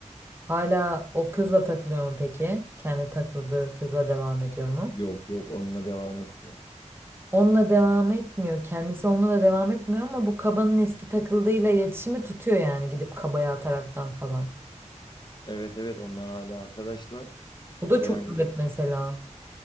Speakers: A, on the right; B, on the left.
A: hala o kızla takılıyor mu peki? Kendi takıldığı kızla devam ediyor mu?
B: Yok yok onunla devam etmiyor.
A: Onunla devam etmiyor. Kendisi onunla da devam etmiyor ama bu Kaba'nın eski takıldığıyla iletişimi tutuyor yani gidip Kaba'ya ataraktan falan.
B: Evet evet onlar hala arkadaşlar
A: Bu da
B: ve
A: çok
B: hani
A: garip mesela.